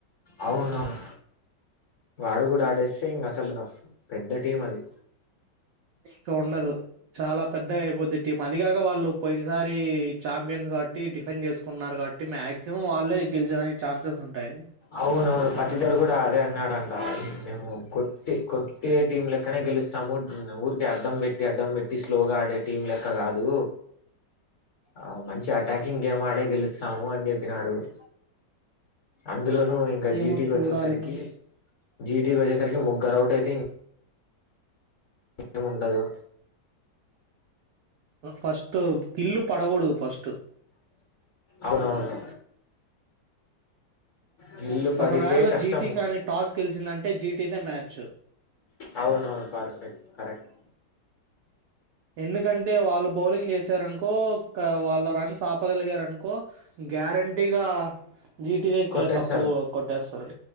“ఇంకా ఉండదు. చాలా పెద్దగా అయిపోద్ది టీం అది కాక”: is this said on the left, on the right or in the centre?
Right